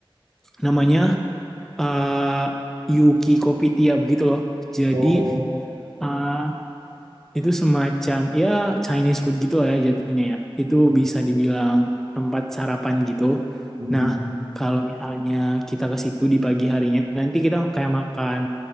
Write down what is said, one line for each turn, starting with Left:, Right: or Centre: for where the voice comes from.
Centre: Namanya eh, Yuki Kopitiam gitu loh. Jadi
Right: Oh.
Centre: eh, itu semacam ya Chinese food gitu lah ya jatuhnya ya. Itu
Right: Mm,
Centre: bisa dibilang tempat sarapan gitu.
Right: mm,
Centre: Nah, kalau misalnya kita ke situ di pagi harinya, nanti kita kayak makan